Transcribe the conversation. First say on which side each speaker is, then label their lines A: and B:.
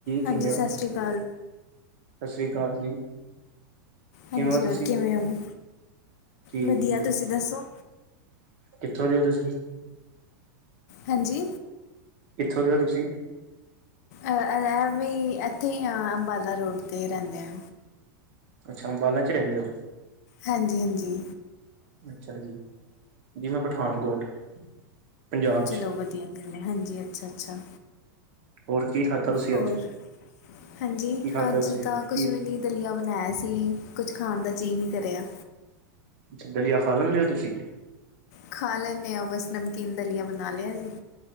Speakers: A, on the left; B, on the right.
A: ਹਾਂਜੀ
B: ਕਿਵੇਂ
A: ਸਤਿ
B: ਹੋ
A: ਸ਼੍ਰੀ ਅਕਾਲ।
B: ਸਤਿ ਸ਼੍ਰੀ ਅਕਾਲ ਜੀ। ਕਿਵੇਂ
A: ਹਾਂਜੀ
B: ਹੋ ਤੁਸੀਂ
A: ਹੋਰ ਕਿਵੇਂ ਹੋ
B: ਠੀਕ
A: ਵਧੀਆ
B: ਜੀ
A: ਤੁਸੀਂ ਦੱਸੋ?
B: ਕਿੱਥੋਂ ਦੇ ਓ ਤੁਸੀਂ?
A: ਹਾਂਜੀ
B: ਕਿੱਥੋਂ ਦੇ ਓ‌ ਤੁਸੀਂ?
A: ਅਹ ਇਹ ਵੀ ਇੱਥੇ ਹੀ ਆ ਅੰਬਾਲਾ ਰੋਡ ਤੇ ਰਹਿੰਦੇ ਆ।
B: ਅੱਛਾ ਅੰਬਾਲਾਂ ਚ ਰਹਿੰਦੇ ਹੋ।
A: ਹਾਂਜੀ-ਹਾਂਜੀ।
B: ਅੱਛਾ ਜੀ, ਜੀ ਮੈਂ ਪਠਾਨਕੋਟ। ਪੰਜਾਬ
A: ਚਲੋ
B: ਚ
A: ਵਧੀਆ ਗੱਲ ਹੈ ਹਾਂਜੀ ਅੱਛਾ-ਅੱਛਾ।
B: ਹੋਰ ਕੀ ਖਾਧਾ ਤੁਸੀਂ?
A: ਹੋਰ
B: ਅੱਜ
A: ਹਾਂਜੀ
B: ਕੀ ਖਾਧਾ
A: ਹਾਂਜੀ
B: ਤੁਸੀਂ
A: ਤਾਂ
B: ਅੱਜ
A: ਕੁਛ
B: ਕੀ
A: ਵੀ ਨਹੀਂ ਦਲੀਆ ਬਣਾਇਆ ਸੀ ਕੁੱਛ ਖਾਣ ਦਾ ਜੀਅ ਨਹੀਂ ਕਰਿਆ।
B: ਅੱਛਾ ਦਲੀਆ ਖਾ ਲੈਂਦੇ ਹੋ ਤੁਸੀਂ।
A: ਖਾ ਲੈਂਦੇ ਹਾਂ ਬਸ ਨਮਕੀਨ ਦਲੀਆ ਬਣਾ ਲਿਆ ਜੀ।